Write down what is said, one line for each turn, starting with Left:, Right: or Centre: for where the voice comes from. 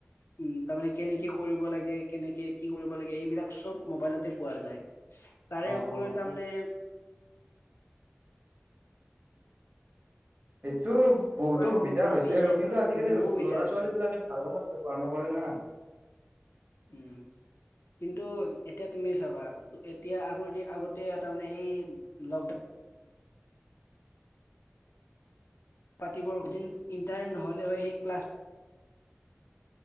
Left: উ তাৰমানে কেনেকে কৰিব লাগে কেনেকে কি কৰিব লাগে এইবিলাক চব মোবাইলতে পোৱা যায় তাৰেওৰত
Right: অ অ
Left: তামনে
Right: সেইটো বহুতো
Left: প্ৰায়
Right: সুবিধা
Left: উম,
Right: হৈছে
Left: ইণ্টা
Right: আৰু কিন্তু আজিকালি
Left: বহু সুবিধা
Right: ল'ৰা
Left: হৈছে
Right: ছোৱালী বিলাকে ভাল কামত বৰ্ণনা কৰি ন
Left: উম কিন্তু এতিয়া তুমি চাবা এতিয়া আগৰ আগতে তাৰমানে এই লকডাউন পাতিবৰদিন ইণ্টাৰ নহ'লে হয় সেই ক্লাছ